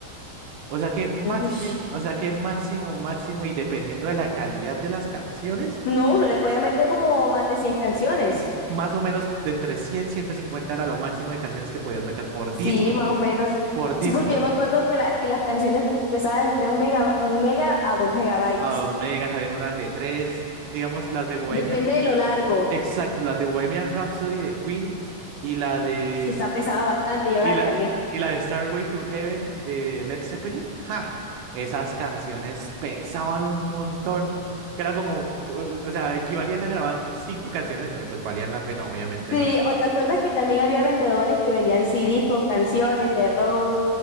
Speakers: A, on the right; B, on the left.
A: O sea que máximo,
B: Uy,
A: o sea que máximo, máximo, y dependiendo de la calidad de las canciones,
B: no, uno le podía meter como más de 100 canciones.
A: s- más o menos de entre cien ciento cincuenta era lo máximo de canciones que podías meter por
B: Sí,
A: disco,
B: más o menos.
A: por disco.
B: Sí, porque yo me acuerdo que, la, que las canciones pesaban entre un mega, un mega a dos megabytes.
A: A 2 megas habían unas de 3, digamos las de Bohemian,
B: Depende de lo largo.
A: exacto, las de Bohemian Rhapsody de Queen y la de
B: Uy, esa pesaba bastante, yo
A: Y
B: la descargué.
A: la, y la de Starway to Heaven de Led Zeppelin, ¡ja! Esas canciones pesaban un montón, que era como, pues, o sea, equivalían a grabar cinco canciones, pero pues valían la pena, obviamente,
B: Sí,
A: ¿no?
B: o te acuerdas que también había vendedores que vendían CDs con canciones de rock